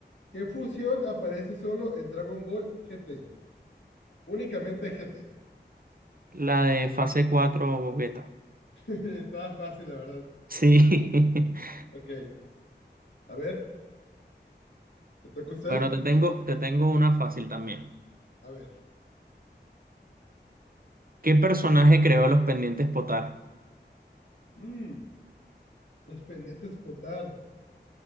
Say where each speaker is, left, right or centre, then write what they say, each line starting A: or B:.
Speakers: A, on the left; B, on the right.
A: ¿qué fusión aparece solo en Dragon Ball GT? Únicamente GT.
B: La de fase cuatro beta.
A: <laughs> Estaba fácil, la verdad.
B: Sí. <laughs>
A: Ok, a ver, ¿te toca a usted?
B: Bueno, te tengo, te tengo una fácil también.
A: A ver.
B: ¿Qué personaje creó los pendientes Potara?
A: Mm, los pendientes potar.